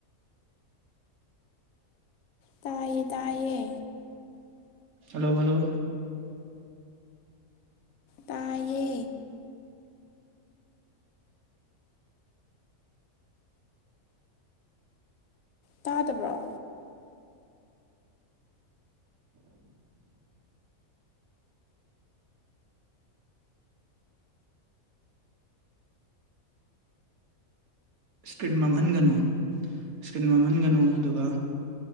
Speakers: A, on the left (about 75°); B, on the right (about 85°).
A: ꯇꯥꯏꯌꯦ ꯇꯥꯏꯌꯦ
B: ꯍꯜꯂꯣ ꯍꯜꯂꯣ
A: ꯇꯥꯏꯌꯦ ꯇꯗꯕ꯭ꯔꯣ
B: ꯏꯁꯀ꯭ꯔꯤꯟ ꯃꯝꯍꯟꯒꯅꯨ ꯏꯁꯀ꯭ꯔꯤꯟ ꯃꯝꯍꯟꯒꯅꯨ ꯑꯗꯨꯒ